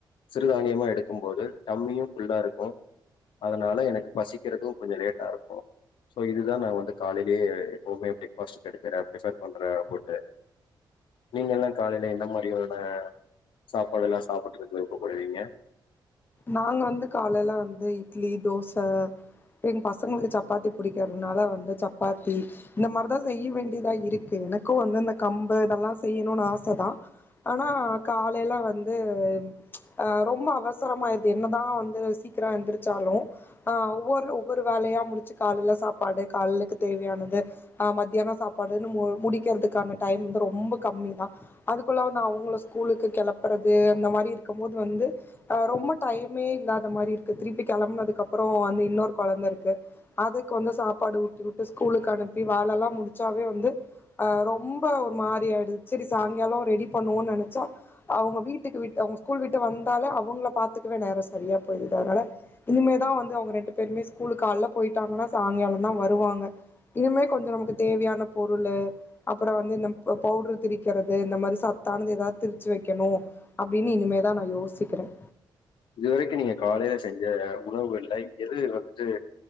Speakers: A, on the left; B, on the left.
A: சிறுதானியமா எடுக்கும் போது டம்மியும் புஃல்லா இருக்கும் அதுனால எனக்கு பசிக்கிறதும் கொஞ்சம் லேட்டா இருக்கும் சோ இதுதான் நான வந்து காலையிலயே எப்பவுமே பிரேக்பாஸ்ட் எடுக்கு பிரிஃபர் பண்றேன் ஃபுட்டு நீங்க எல்லாம் காலையில எனன மாரியான சாப்பாடு எல்லாம் சாப்படறத்துக்கு விருப்படுவீங்க
B: நாங்க வந்து காலையில வந்து இட்லி தோச எங்க பசங்களுக்கு சப்பாத்தி புடிக்கிறதுனால வந்து சப்பாத்தி இந்த மாரிதான் செய்ய வேண்டியதா இருக்கு எனக்கும் வந்து இந்த கம்பு இதெல்லாம் செய்யணும்னு ஆச தான் ஆனா காலையில வந்து ஆ ரொம்ப அவச என்னதான் வந்து சீக்கிரம் எந்திரிச்சாலும் ஆ ஒவ்வொரு ஒவ்வொரு வேலயா முடிச்சு காலேல சாப்பாடு காலேலக்கு தேவயானது அ மத்தியானம் சாப்பாடுன்னு முடிக்கிறதுக்கான டைம் வந்து ரொம்ப கம்மி தான் அதுக்குள்ள வந்து அவங்க ஸ்கூலுக்கு கிளப்புறது அந்த மாரி இருக்கும் போது வந்து அ ரொம்ப டைமே இல்லாத மாரி இருக்கு திருப்பி கிளம்புனதுக்கு அப்பறம் வந்து இன்னொரு கொழந்தை இருக்கு அதுக்கு வந்து சாப்பாடு வுட்டி விட்டு ஸ்கூலுக்கு அனுப்பி வாழ எல்லாம் முடிச்சாவே வந்து அ ரொம்ப ஒரு மாரி ஆயிடுது செரி சாயங்காலம் ரெடி பண்ணுவோம்னு நினைச்சா அவங்க வீட்டுக்கு விட் அவங்க ஸ்கூல் விட்டு வந்தாலே அவ அவங்கள பாத்துக்கவே நேரம் சரியா போயிடுது அதனால இனிமேதான் வந்து அவங்க ரெண்டு பேருமே ஸ்கூலுக்கு கால்ல போயிட்டாங்கன்னா சாயங்காலம் தான் வருவாங்க இனிமே கொஞ்சம் நமக்கு தேவயான பொருளு அப்புறம் வந்து இந்த பவுடரு திரிக்கிறது இந்த மாரி சத்தானது ஏதாவது திரிச்சு வைக்கணும் அப்டின்னு இனிமேதான் நான யோசிக்கிறேன்
A: இதுவரைக்கும் நீங்க காலேல செஞ்ச உறவு இல்லை எது வந்துட்டு